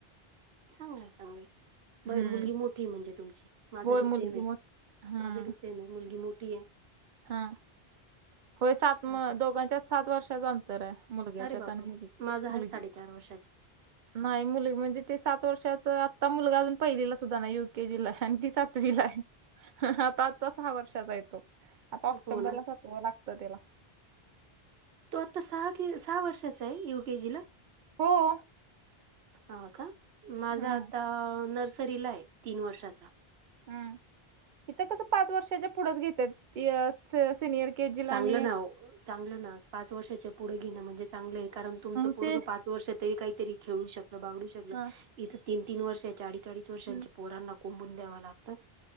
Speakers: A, on the right; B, on the right.
A: चांगलंय, चांगलंय. बई
B: हम्म
A: मुलगी मोठी म्हणजे तुमची, माझं
B: होय
A: बी सेम
B: मुलगी
A: हे
B: मोठ हम्म
A: माझ बी से सेम ये मुलगी मोठी हे.
B: हा होय सात, म
A: असं
B: दोघांच्यात सात वर्षाच अंतर आहे. मुलग्याच्यात
A: अरे बापरे,
B: आणि मुलगी
A: माझ आहे
B: मुलगी
A: साडेचार वर्षाच.
B: नाही मुल म्हणजे ते सात वर्षाच आत्ता मुलगा अजून पहिलेला सुद्धा ना युके जीला आणि सातवी ला आता आजचा सहा वर्षाचा येतो आता ऑक्टोंबरला
A: हो ना
B: सातव लागतं त्याला
A: तो आता सहा कि सहा वर्षाचा आहे यू केे जीला
B: हम्
A: हा का माझा
B: हम्म
A: आता नर्सरीला आहे तीन वर्षाचा
B: हम् इथं कसं पाच वर्षाच्या पुढेच घेतात सिनियर के जी ला
A: चांगलं
B: आणि
A: नाव चांगलं ना पाच वर्षाच्या पुढे घेणं म्हणजे चांगलं आहे कारण तुमचं
B: मग
A: पूर्व
B: ते
A: पाच वर्ष तरी काहीतरी खेळू शकल बागडू शकलं
B: हा,
A: इथं तीन तीन वर्ष चाळीस चाळीस वर्षांचे
B: हम्म,
A: पोरांना कोंबून द्यावं लागतं